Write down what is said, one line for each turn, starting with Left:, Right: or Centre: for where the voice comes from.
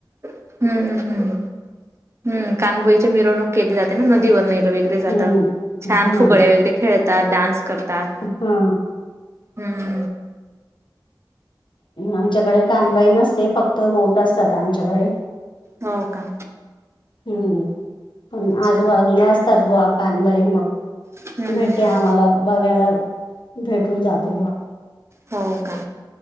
Right: हम्म हम्म हम्म हम्म कानबाईची मिरवणूक केली जाते ना, नदीवर मिरवीर जातं,
Left: हम्म
Right: छान
Left: हा
Right: फुगडे वगैरे खेळतात डान्स करतात.
Left: हा
Right: हम्म
Left: आमच्याकडे कानबाई नसते, फक्त रोट असतात आमच्याकडे.
Right: हो का?
Left: हम्म पण
Right: अच्छा
Left: आजूबाजूला असतात बुवा कानबाई मग
Right: हम्म हम्म
Left: भेटते
Right: हम्म
Left: आम्हाला बघायला भेटून जात. बुवा
Right: हो का?